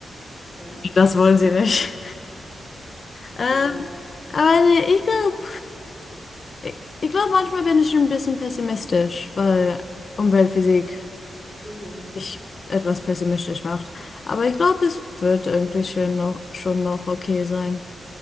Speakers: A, in the centre; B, on the left (about 40°).
A: ja,
B: Das wollen sie nicht. Ähm,
A: ja,
B: aber nee, ich glaube, Ich, ich glaube, manchmal bin ich ein bisschen pessimistisch, weil Umweltphysik
A: mhm.
B: mich etwas pessimistisch macht. Aber ich glaube, es wird irgendwie schön noch, schon noch okay sein.